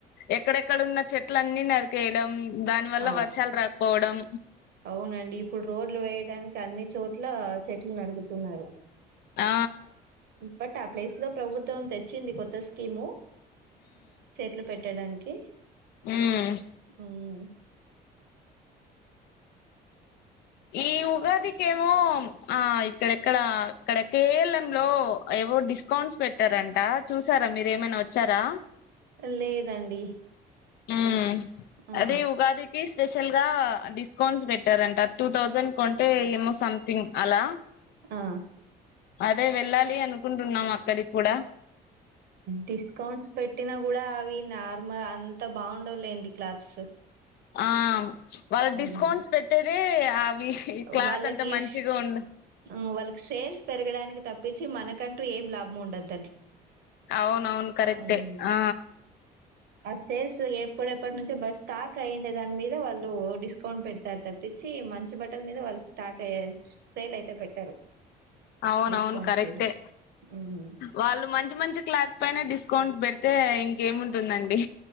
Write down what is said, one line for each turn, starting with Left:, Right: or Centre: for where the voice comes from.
Left: ఎక్కడెక్కడ ఉన్న చెట్లన్ని నరికేయడం దాని వల్ల
Right: అవు
Left: వర్షాలు రాకపోవడం
Right: అవునండి ఇప్పుడు రోడ్లు వేయడానికి అన్ని చోట్ల చెట్లు నరుకుతున్నారు
Left: ఆ
Right: బట్ ఆ ప్లేస్ లో ప్రభుత్వం తెచ్చింది కొత్త స్కీము చెట్లు పెట్టడా కి
Left: హుమ్మ్
Right: హుమ్మ్
Left: ఈ ఉగాదికెమో ఆ ఇక్కడ ఇక్కడ ఇక్కడ కె యల్ యంలో ఏవో డిస్కౌంట్స్ పెట్టారంట చూసారా మీరేమైనా వచ్చారా
Right: లేదండి
Left: హ్మ్
Right: ఆ
Left: అదే ఉగాదికి స్పెషల్ గా డిస్కౌంట్స్ పెట్టారంట టూ థౌసండ్ కొంటే ఏమో సంథింగ్ అలా
Right: ఆ
Left: అదే వెళ్ళాలి అనుకుంటున్నాం అక్కడికి కూడా
Right: డిస్కౌంట్స్ పెట్టినా కూడా అవి నార్మల్ అంత బాగుండవులేండి క్లాత్స్
Left: ఆ వాళ్ళ
Right: ఉమ్,
Left: డిస్కౌంట్స్ పెట్టేదే అవి ఈ క్లాత్
Right: వాళ్ళకి
Left: అంత మంచిగా
Right: ఇష్
Left: ఉం
Right: ఆ వాళ్ళకి సేల్స్ పెరగడానికి తప్పించి మనకంటూ ఏం లాభం ఉండద్దు
Left: అవును అవును కరెక్టే
Right: అవును
Left: ఆ
Right: ఆ సేల్స్ ఎప్పుడెప్పటి నుంచో బస్ స్టాక్ అయ్యండే దాని మీద వాళ్ళు డిస్కౌంట్ పెడతారు తప్పి వచ్చి మంచి బట్టల మీద వాళ్ళు స్టాక్య సేల్ అయితే పెట్టారు
Left: అవున
Right: డిస్కౌంట్
Left: అవును కరెక్టే
Right: సేల్ ఉమ్
Left: వాళ్ళు మంచి మంచి క్లాస్ పైన డిస్ స్కౌంట్ పెడితే ఇంకేముంటుందండి